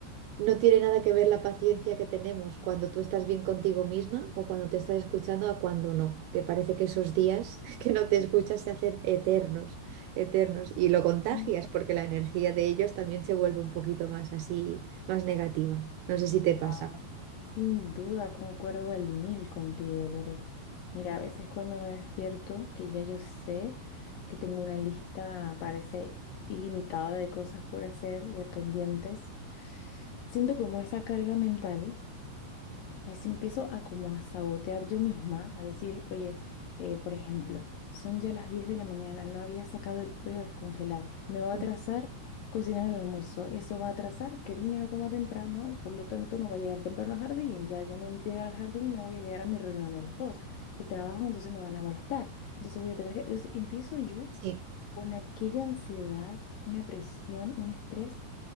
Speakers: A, on the right; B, on the left.
A: no tiene nada que ver la paciencia que tenemos cuando tú estás bien contigo misma o cuando te estás escuchando a cuando no, que parece que esos días <laughs> que no te escuchas se hacen eternos, eternos, y lo contagias
B: Mm.
A: porque la energía de ellos también se vuelve un poquito más así, más negativa. No sé si
B: Wow.
A: te pasa.
B: Sin duda concuerdo al mil contigo, Lore. Mira, a veces cuando me despierto, que ya yo sé que tengo una lista, parece ilimitada de cosas por hacer, de pendientes, siento como esa carga mental pues empiezo a como a sabotear yo misma, a decir, oye, eh, por ejemplo, son ya las 10 de la mañana, no había sacado el pollo a descongelar, me va
A: Ujú.
B: a atrasar cocinar el almuerzo, eso va a atrasar que el niño no coma temprano, por lo tanto no va a llegar temprano al jardín, ya yo no llegar al jardín, no voy a llegar a mi reunión de las dos, el trabajo entonces me van a molestar, entonces voy a tener que, entonces empiezo yo
A: Sí,
B: con aquella ansiedad, una presión, un estrés